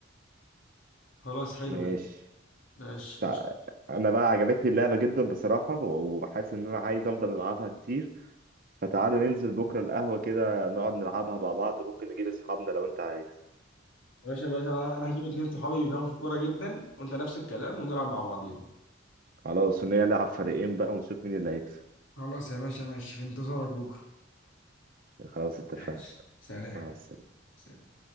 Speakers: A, on the left; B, on the right.
A: خلاص حلو
B: ماشي
A: ده ماشي
B: تع-
A: قشطة
B: انا بقى عجبتني اللعبه جدا بصراحه و- وحاسس ان انا عايز افضل العبها كتير فتعالى ننزل بكره القهوه كده نقعد نلعبها مع بعض ممكن نجيب اصحابنا لو انت عايز
A: يا باشا باشا انا انا هجيب اتنين صحابي بيفهموا في الكورة جدا وانت نفس الكلام ونلعب مع بعضينا
B: خلاص ونلعب فريقين بقى ونشوف مين اللي هيكسب
A: خلاص يا باشا ماشي في انتظارك بكرة
B: خلاص اتفقنا
A: ماشي سلام
B: مع السلامه
A: سلام